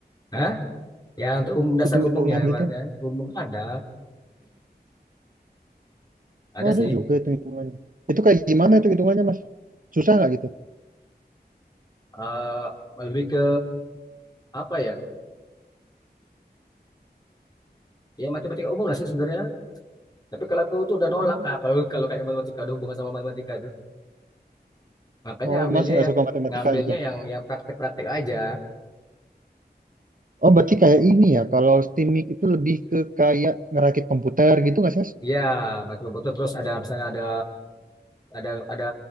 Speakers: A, on the left (about 20°); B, on the right (about 50°).
A: Hah? Ya untuk umum dasar
B: Hitung-hitungan
A: umumnya ibaratnya
B: gitu?
A: umum ada ada
B: Oh
A: sih.
B: ada juga hitung-hitungannya. Itu kayak gimana itu hitungannya mas? Susah nggak gitu?
A: Eh, lebih ke apa ya? Ya matematika umum lah sih sebenarnya. Tapi kalau aku tuh udah nolak
B: Oh,
A: Kak, kalau kalau kayak matematika ada hubungan sama matematika itu. Makanya
B: oh
A: ambilnya
B: mas yang nggak
A: ya
B: suka matematika
A: ngambilnya
B: gitu?
A: yang yang praktek-praktek aja.
B: Oh, berarti kayak ini ya. Kalau Steamik itu lebih ke kayak ngerakit komputer gitu nggak sih, Mas?
A: Ya, betul-betul terus ada misalnya ada ada ada